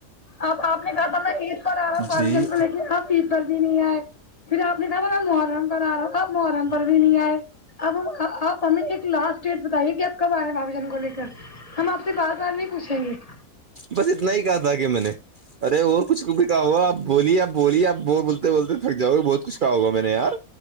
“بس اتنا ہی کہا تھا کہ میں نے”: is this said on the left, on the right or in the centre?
Right